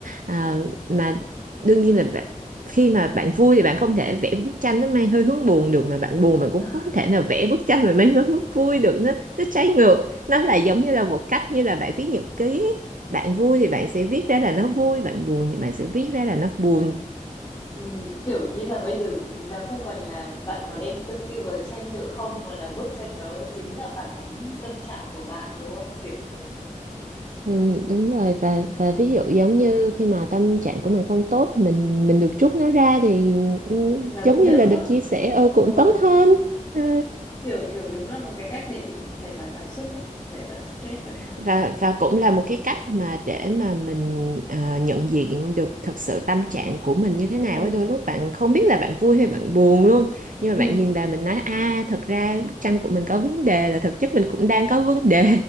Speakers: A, on the right; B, on the left.
A: à, mà đương nhiên là bạn- khi mà bạn vui thì bạn không thể vẽ bức tranh nó mang hơi hướng buồn được mà bạn buồn bạn cũng
B: <laughs>
A: không thể nào vẽ bức tranh mà mang hướng vui được nó nó trái ngược nó là giống như là một cách như là bạn viết nhật ký bạn vui thì bạn sẽ viết ra là nó vui bạn buồn thì bạn sẽ viết ra là nó buồn
B: Ừm, kiểu như là bây giờ nó không còn là bạn có đem tâm tư vào tranh nữa không mà là bức tranh đó chính là phản ánh tâm trạng của bạn đúng không? Kiểu thế.
A: Ừ, đúng rồi và và ví dụ giống như khi mà tâm trạng của mình không tốt mình mình được trút nó ra thì ừ,
B: Nó
A: giống
B: cũng
A: như
B: đỡ.
A: là được chia sẻ ừ cũng
B: Ừ,
A: tốt hơn ừ.
B: kiểu kiểu đúng là một cái cách để giải tỏa cảm xúc ấy, giải tỏa stress căng thẳng.
A: và và cũng là một cái cách mà để mà mình à, nhận diện được thực sự tâm trạng của mình như thế
B: ừ
A: nào á đôi lúc bạn không biết là bạn vui hay bạn buồn luôn nhưng mà
B: ừ
A: bạn nhìn vào mình nói a thật ra bức tranh của mình có vấn đề là thực chất mình cũng đang có vấn đề